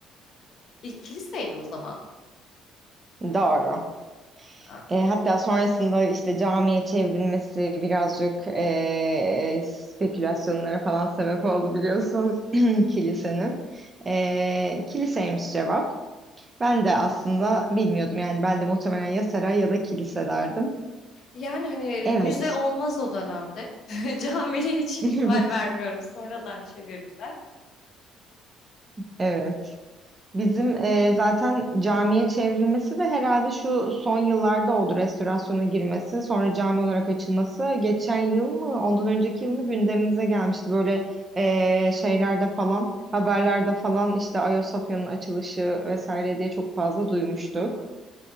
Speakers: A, on the left (about 60°); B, on the right (about 30°).
A: İlk kiliseydi o zaman.
B: Doğru.
A: Aa,
B: E, hatta sonrasında işte camiye çevrilmesi birazcık e, spekülasyonlara falan sebep oldu biliyorsun <clears throat> kilisenin. E, kiliseymiş cevap. Ben de aslında bilmiyordum yani ben de muhtemelen ya saray ya da kilise derdim.
A: Yani hani
B: Evet.
A: müze olmaz o dönemde. <laughs> Camiye hiç ihtimal
B: <laughs>
A: vermiyorum. Sonradan çevirdiler.
B: Evet. Bizim e, zaten camiye çevrilmesi de herhalde şu son yıllarda oldu restorasyona girmesi, sonra cami olarak açılması. Geçen yıl mı, ondan önceki yıl mı gündemimize gelmişti. Böyle e, şeylerde falan, haberlerde falan işte Ayasofya'nın açılışı vesaire diye çok fazla duymuştuk.